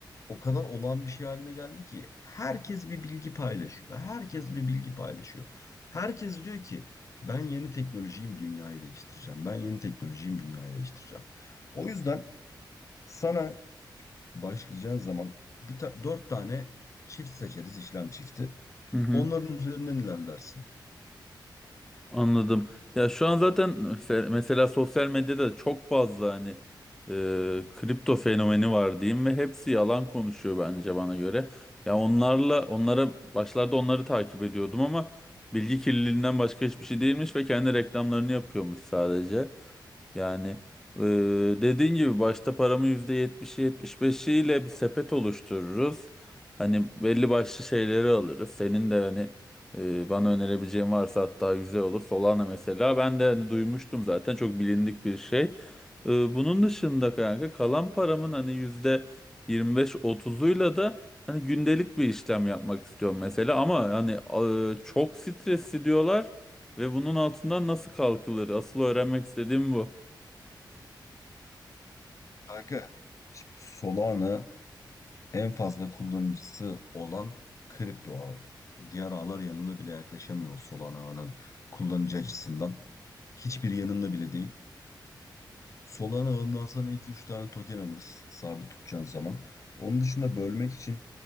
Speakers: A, on the left; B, in the centre.
A: o kadar olağan bir şey haline geldi ki herkes bir bilgi paylaşıyor. Herkes bir bilgi paylaşıyor. Herkes diyor ki ben yeni teknolojiyim dünyayı değiştireceğim. Ben yeni teknolojiyim dünyayı değiştireceğim. O yüzden sana başlayacağın zaman bir ta- dört tane çift seçeriz işlem çifti.
B: Hı hı.
A: Onların üzerinden ilerlersin.
B: Anladım. Ya şu an zaten mese- mesela sosyal medyada çok fazla hani e, kripto fenomeni var diyeyim ve hepsi yalan konuşuyor bence bana göre. Ya onlarla onlara başlarda onları takip ediyordum ama bilgi kirliliğinden başka hiçbir şey değilmiş ve kendi reklamlarını yapıyormuş sadece. Yani e, dediğin gibi başta paramı yetmiş beşiyle bir sepet oluştururuz. Hani belli başlı şeyleri alırız. Senin de hani e, bana önerebileceğin varsa hatta güzel olur. Solana mesela ben de hani duymuştum zaten çok bilindik bir şey. E, bunun dışında kanka kalan paramın hani yüzde yirmi beş otuzuyla da hani gündelik bir işlem yapmak istiyorum mesela. Ama hani e, çok stresli diyorlar. Ve bunun altından nasıl kalkılır? Asıl öğrenmek istediğim bu.
A: Kanka Şimdi Solana en fazla kullanıcısı olan kripto ağı. Diğer ağlar yanına bile yaklaşamıyor Solana ağının kullanıcı açısından. Hiçbir yanında bile değil. Solana ağından sana 2-3 tane token alırız sabit tutacağın zaman. Onun dışında bölmek için